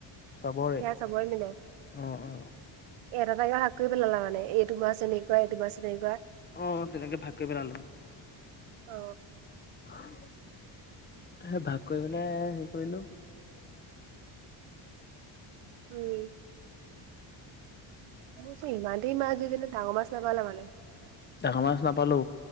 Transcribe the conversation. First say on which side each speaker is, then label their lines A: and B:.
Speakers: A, on the left; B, on the right.
A: চবৰে
B: সেয়া
A: উ
B: চবৰে মিলে
A: উ।
B: এটা এটাকে ভাগ কৰি পেলালা মানে এইটো মাছ এনেকুৱা এইটো মাছ এনেকুৱা।
A: অ তেনেকে ভাগকৈ পেলালোঁ।
B: অ
A: হ হ সে ভাগ কৰি পেলাই হেৰি কৰিলোঁ।
B: উম মো যে ইমান দেই মাছ। যেনে ডাঙৰ মাছ নাপালে মানে
A: ডাঙৰ মাছ নাপালো